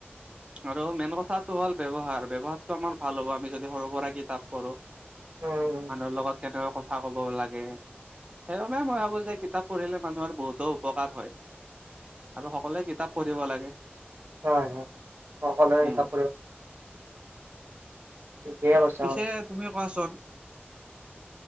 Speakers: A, on the right; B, on the right.
A: আৰু মেইন কথাটো হ'ল ব্যৱহাৰ। ব্যৱহাৰতো আমাৰ ভাল হ'ব আমি যদি সৰু-সুৰা কিতাপ পঢ়োঁ।
B: উম,
A: মানুহৰ লগত কেনেকৈ কথ কথা ক'ব লাগে সেইবাবে মই ভাবো যে কিতাপ পঢ়িলে মানুহৰ বহুতো উপকাৰ হয়। আৰু সকলোৱে কিতাপ পঢ়িব লাগে।
B: হয় হয়, সকলোৱে
A: উম
B: কিতাপ পঢ়িব। ঠিকেই কৈছা
A: পিছে
B: হয়।
A: তুমি কোৱাচোন,